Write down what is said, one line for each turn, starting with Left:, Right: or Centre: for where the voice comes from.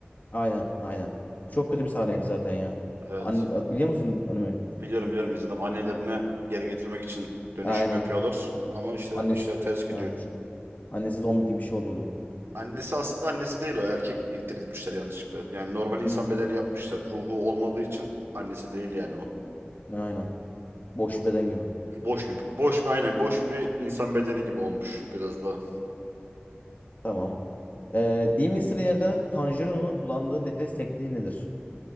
Left: Aynen, aynen. Bu çok kötü bir sahneydi zaten ya.
Right: Evet.
Left: An biliyor musun anime?
Right: Biliyorum biliyorum izledim. Annelerine geri getirmek için dönüşüm
Left: Aynen.
Right: yapıyorlar. Ama işte
Left: Annesi,
Right: işler ters gidiyor.
Left: evet. Annesi zombi gibi bir şey oluyordu.
Right: Annesi aslında annesi değil o. Erkek diriltmişler yanlışlıkla. Yani normal insan
Left: Hmm.
Right: bedeni yapmışlar. Ruhu olmadığı için annesi değil yani o.
Left: Aynen. Boş bir beden gibi.
Right: Boş bir, boş bir aynen boş bir insan bedeni gibi olmuş biraz da.
Left: Tamam. Ee, Demon Slayer'da Tanjiro'nun kullandığı nefes tekniği nedir?